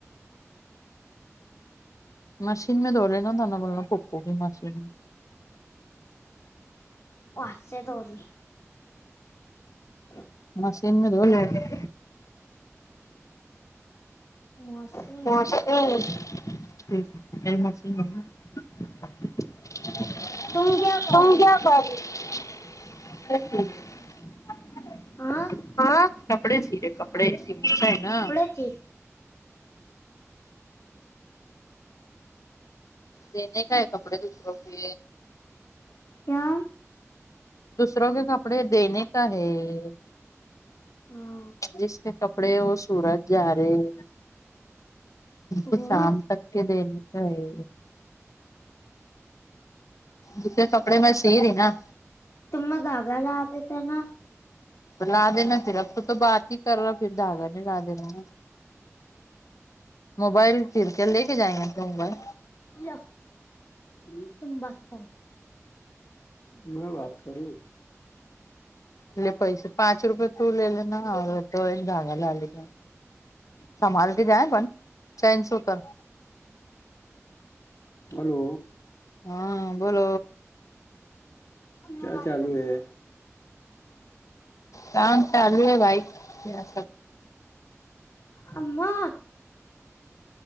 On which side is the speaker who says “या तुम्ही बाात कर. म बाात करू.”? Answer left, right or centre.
Left